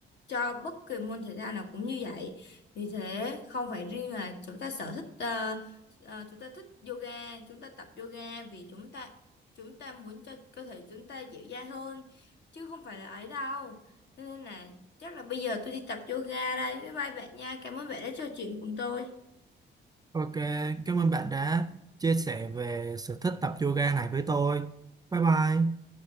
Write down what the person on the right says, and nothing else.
ok cảm ơn bạn đã chia sẻ về sở thích tập yoga này với tôi bye bye